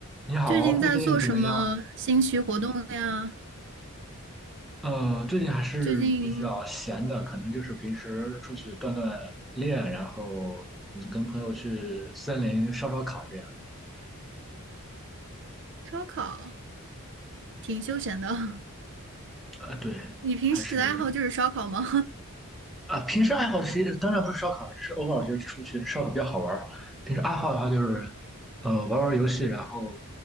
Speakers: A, in the centre; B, on the right.
A: 你好，
B: 最近在做什么兴趣活动呀？
A: 最近怎么样？呃，最近还是比较闲的，
B: 最近
A: 可能就是平时出去锻锻炼，然后嗯跟朋友去森林烧烧烤这样。
B: 烧烤挺休闲的。
A: 呃，对，
B: <laughs> 你平时的爱好就是烧烤吗？
A: 还是啊，平时爱好其实当然不是烧烤，只是偶尔就出去烧烤比较好玩儿。平时爱好的话就是，呃，玩玩游戏，然后